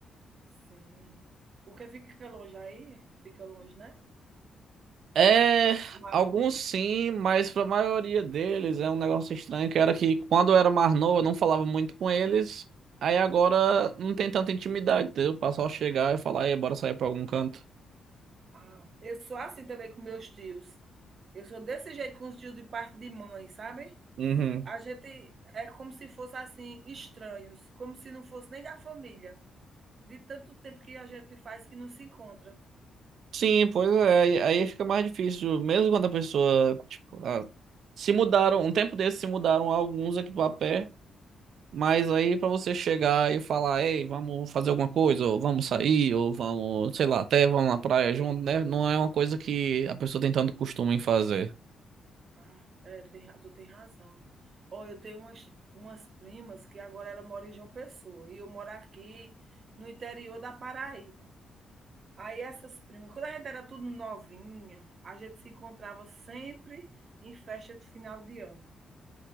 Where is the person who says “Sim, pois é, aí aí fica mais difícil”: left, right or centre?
Right